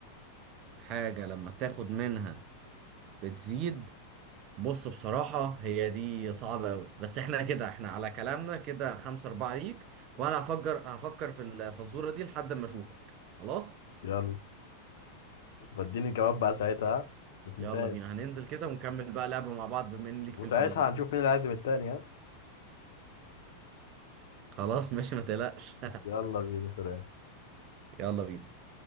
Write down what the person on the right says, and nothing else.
حاجة لما تاخد منها بتزيد بص بصراحة هي دي صعبة أوي بس احنا كده احنا على كلامنا كده خمسة أربعة ليك وأنا هفكر هفكر في الفزورة دي لحد ما أشوفك خلاص
يلا بينا هننزل كده ونكمل بقى لعبة مع بعض بما إن ليك
في الفوازير
خلاص ماشي ما تقلقش
<laughs> يلا بينا